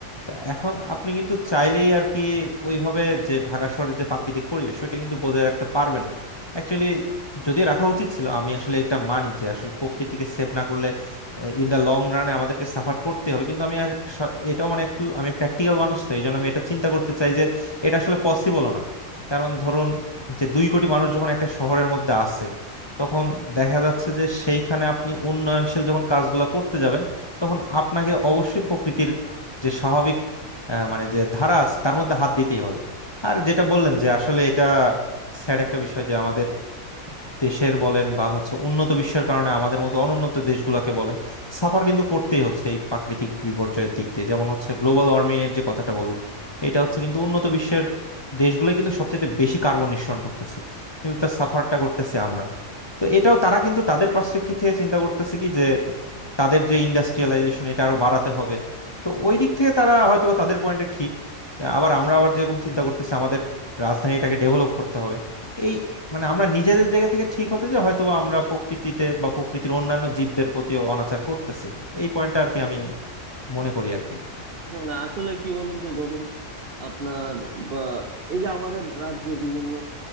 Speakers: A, on the left (about 25°); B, on the right (about 50°).
A: তা এখন আপনি কিন্তু চাইলেই আর কি ওইভাবে যে ঢাকা শহরের যে প্রাকৃতিক পরিবেশ ওইটা কিন্তু বজায় রাখতে পারবেন না অ্যাকচুয়ালি যদি রাখা উচিত ছিল আমি আসলে এটা মানি যে আসলে প্রকৃতিকে সেভ না করলে ইন দা লং রানে আমাদেরকে সাফার করতে হবে কিন্তু আমি আর স- এটাও মানে একটু আমি প্র্যাকটিক্যাল মানুষ তো এই জন্য আমি এটা চিন্তা করতে চাই যে এটা আসলে পসিবলও না কারণ ধরুন যে দুই কোটি মানুষ যখন একটা শহরের মধ্যে আছে তখন দেখা যাচ্ছে যে সেইখানে আপনি উন্নয়নশীল যখন কাজগুলো করতে যাবেন তখন আপনাকে অবশ্যই প্রকৃতির যে স্বাভাবিক আহ, মানে যে ধারা আছে তার মধ্যে হাত দিতেই হবে আর যেটা বললেন যে আসলে এটা স্যাড একটা বিষয় যে আমাদের দেশের বলেন বা হচ্ছে উন্নত বিশ্বের কারণে আমাদের মতো অনুন্নত দেশগুলোকে বলেন সাফার কিন্তু করতেই হচ্ছে এই প্রাকৃতিক বিপর্যয়ের দিক দিয়ে যেমন হচ্ছে গ্লোবাল ওয়ার্মিং এর যে কথাটা বললেন এটা হচ্ছে কিন্তু উন্নত বিশ্বের দেশগুলো কিন্তু সবচেয়ে বেশি কার্বন নিঃসরণ করতেছে কিন্তু তার সাফারটা করতেছে আমরা তো এটাও তারা কিন্তু তাদের পার্সপেক্টিভ থেকে চিন্তা করতেছে কি যে তাদের যে ইন্ডাস্ট্রিয়ালাইজেশন এটা আরো বাড়াতে হবে তো ওই দিক থেকে তারা হয়তো বা তাদের পয়েন্টে ঠিক আবার আমরা আবার যেরকম চিন্তা করতেছি আমাদের রাজধানীটাকে ডেভেলপ করতে হবে এই মানে আমরা নিজেদের জায়গা থেকে ঠিক হতে যে হয়তো আমরা প্রকৃতিতে বা প্রকৃতির অন্যান্য জীবদের প্রতিও অনাচার করতেছি এই পয়েন্টটা আর কি আমি মনে করি আর কি
B: মানে আসলে কি বলুন তো ধরুন আপনার বা এই যে আমাদের রাজ্যে বিভিন্ন